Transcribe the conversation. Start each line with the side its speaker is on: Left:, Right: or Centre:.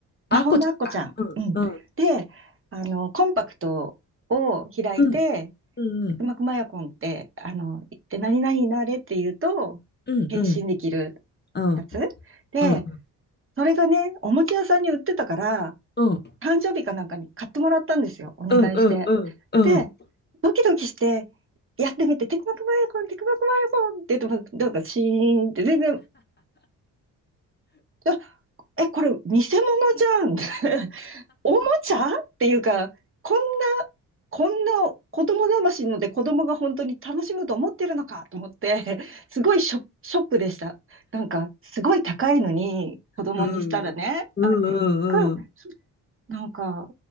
Left: あ、
Right: 魔法のアッコちゃん。
Left: アコちゃんか。うん。
Right: うん。
Left: うん。
Right: で、あの、コンパクトを開いて、
Left: うん。うん。
Right: テクマクマヤコンって、あの、言って何々になれって言うと、
Left: うん。
Right: 変身できる
Left: うん。うん。
Right: やつ。
Left: うん。
Right: で、
Left: うん。
Right: それがね、おもちゃ屋さんに売ってたから、
Left: うん。
Right: 誕生日かなんかに買ってもらったんですよ。お願いして。
Left: うんうんうんうん。
Right: で、ドキドキして、やってみて、テクマクマヤコン、テクマクマヤコンって言っても、なんかシーンって全然、あ、え、これ偽物じゃん。<laughs> おもちゃっていうか、こんな、こんな子供騙しので子供が本当に楽しむと思ってるのかと思って、すごいショ、ショックでした。なんか、すごい高いのに、子供にしたらね、
Left: うんうんう
Right: なんか、
Left: んうん。
Right: なんか